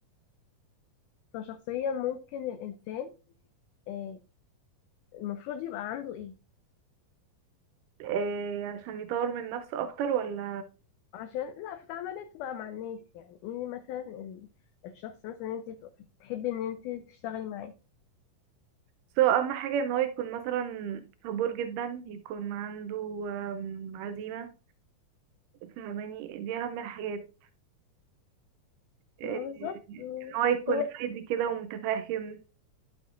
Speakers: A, on the left; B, on the right.
A: كشخصيا ممكن الانسان آه، المفروض يبقى عنده ايه
B: إيه عشان يطور من نفسه اكتر ولا
A: عشان لا في تعاملاته بقى مع الناس يعني ايه مثلا ال- الشخص مثلا انت تحبي ان انت تشتغلي معاه
B: سواء اهم حاجة ان هو يكون مثلا صبور جدا يكون عنده آم، عزيمة فاهماني دي اهم الحاجات
A: ما
B: إيه
A: بالظبط
B: ان هو يكون
A: هو
B: هادي كده ومتفهم